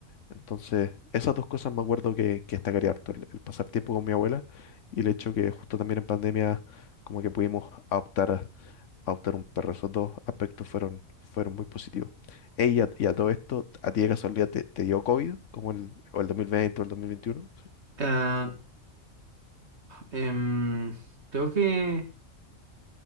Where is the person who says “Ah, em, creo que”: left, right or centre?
Right